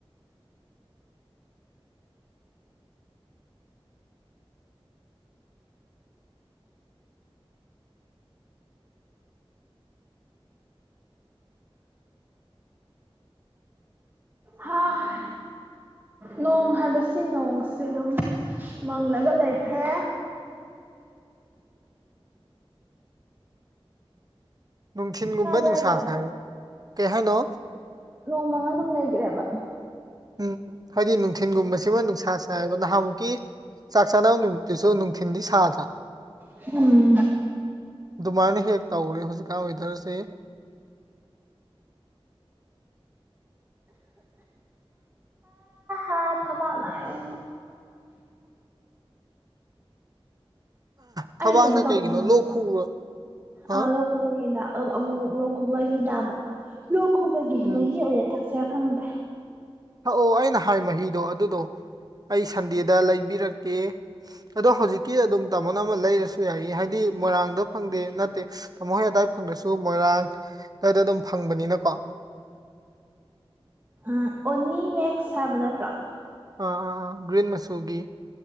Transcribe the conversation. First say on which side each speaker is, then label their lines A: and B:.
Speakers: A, on the right; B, on the right.
A: ꯍꯥꯍꯥ ꯅꯣꯡ ꯍꯥꯏꯕꯁꯤ ꯅꯣꯡꯁꯤ ꯑꯗꯨꯝ ꯃꯪꯂꯒ ꯂꯩꯈ꯭ꯔꯦ
B: ꯅꯨꯡꯊꯤꯟꯒꯨꯝꯕ
A: ꯇꯥꯕ꯭ꯔꯥ
B: ꯅꯨꯡꯁꯥ
A: ꯍꯥꯏꯖꯦ
B: ꯁꯥꯏ ꯀꯩ ꯍꯥꯏꯅꯣ
A: ꯅꯣꯡ ꯃꯪꯉꯥ ꯑꯗꯨꯝ ꯂꯩꯒ꯭ꯔꯦꯕ
B: ꯎꯝ ꯍꯥꯏꯗꯤ ꯅꯨꯡꯊꯤꯟꯒꯨꯝꯕꯁꯤꯃ ꯅꯨꯡꯁꯥ ꯁꯥꯏꯕ ꯅꯍꯥꯟꯃꯨꯛꯀꯤ ꯆꯥꯛ ꯆꯥꯅꯕ ꯅꯨꯃꯤꯠꯇꯨꯁꯨ ꯅꯨꯡꯊꯤꯟꯗꯤ ꯁꯥꯗ꯭ꯔꯥ
A: <unintelligible>
B: ꯑꯗꯨꯃꯥꯏꯅ ꯍꯦꯛ ꯇꯧꯔꯦ ꯍꯧꯖꯤꯛꯀꯥꯟ ꯋꯦꯗꯔꯁꯦ
A: ꯑꯥ ꯊꯕꯥꯛ ꯅꯥꯏꯌꯦ
B: ꯊꯕꯥꯛꯅ
A: ꯑꯩ ꯀꯩꯅꯣ ꯇꯧꯁꯤꯔ
B: ꯀꯩꯒꯤꯅꯣ
A: ꯈꯪꯗꯦ
B: ꯂꯣꯛ ꯈꯨꯕ ꯍꯥ
A: ꯑꯥ ꯂꯣ ꯈꯨꯕꯩ <unintelligible> ꯑꯃꯨ ꯃꯨꯛ ꯂꯣꯛ ꯈꯨꯕꯒꯤ ꯅꯥꯕ ꯂꯣꯛ ꯈꯨꯕꯒꯤ
B: ꯎꯝ
A: ꯃꯍꯤ ꯑꯣꯏꯅ ꯊꯛꯁꯤꯔ ꯈꯪꯗꯦ
B: ꯊꯥꯛꯑꯣ ꯑꯩꯅ ꯍꯥꯏ ꯃꯍꯤꯗꯣ ꯑꯗꯨꯗꯣ ꯑꯩ ꯁꯟꯗꯦꯗ ꯂꯩꯕꯤꯔꯛꯀꯦ ꯑꯗꯣ ꯍꯧꯖꯤꯛꯀꯤ ꯑꯗꯨꯝ ꯇꯥꯃꯣꯅ ꯑꯃꯥ ꯂꯩꯔꯁꯨ ꯌꯥꯏꯌꯦ ꯍꯥꯏꯗꯤ ꯃꯣꯏꯔꯥꯡꯗ ꯐꯪꯗꯦ ꯅꯠꯇꯦ ꯇꯥꯃꯣ ꯍꯣꯏ ꯑꯗꯋꯥꯏ ꯐꯪꯗ꯭ꯔꯁꯨ ꯃꯣꯏꯔꯥꯡ ꯑꯗ꯭ꯋꯥꯏꯗ ꯑꯗꯨꯝ ꯐꯪꯕꯅꯤꯅꯀꯣ
A: ꯑꯥ ꯑꯣꯅꯤ ꯃꯦꯛꯁ ꯍꯥꯏꯕ ꯅꯠꯇ꯭ꯔꯣ
B: ꯑꯥ ꯑꯥ ꯑꯥ ꯒ꯭ꯔꯤꯟ ꯃꯆꯨꯒꯤ